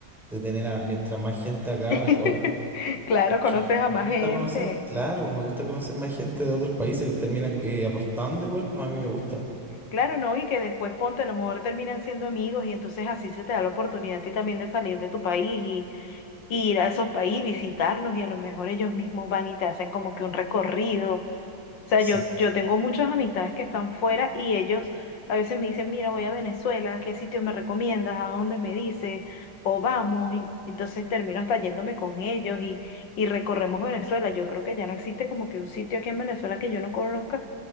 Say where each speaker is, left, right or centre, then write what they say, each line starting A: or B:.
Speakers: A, in the centre; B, on the left.
A: de tener a, mientras más gente acá,
B: <laughs>
A: mejor.
B: Claro,
A: Porque
B: conoces a
A: me
B: más
A: gusta
B: gente.
A: conocer, claro, me gusta conocer más gente de otros países, termina eh, aportando igual, a mí me gusta.
B: Claro, ¿no? Y que después ponte, a lo mejor terminan siendo amigos y entonces así se te da la oportunidad a ti también de salir de tu país y, y ir a esos países, visitarlos y a lo mejor ellos mismos van y te hacen como que un recorrido sea,
A: Exacto.
B: yo, yo tengo muchas amistades que están fuera y ellos a veces me dicen, mira, voy a Venezuela, ¿qué sitio me recomiendas? ¿A dónde me dices? O vamos, y entonces termino hasta yéndome con ellos y, y recorremos Venezuela. Yo creo que ya no existe como que un sitio aquí en Venezuela que yo no conozca,